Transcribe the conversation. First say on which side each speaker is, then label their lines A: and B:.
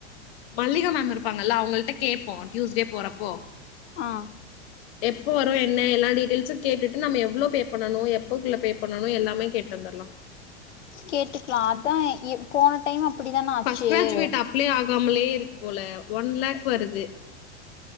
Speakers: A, on the left; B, on the left.
A: மல்லிகா மேம் இருப்பாங்கல்ல அவங்கள்ட கேப்போ டியூஸ்டே போறப்போ
B: ஆ
A: எப்போ வரு என்ன எல்லா டீடைல்ஸ்சு கேட்டுட்டு நம்ம எவ்ளோ பே பண்ணனு எப்பக்குள்ள பே பண்ணணு எல்லாமே கேட் டு வந்துர்லா
B: கேட்டுக்கலா அதா எ போன டைம் அப்டிதான ஆச்சு
A: ஃபர்ஸ்ட் கிராஜுவேட் அப்ளை ஆகாமலே இருக்கு போல ஒன் லேக் வருது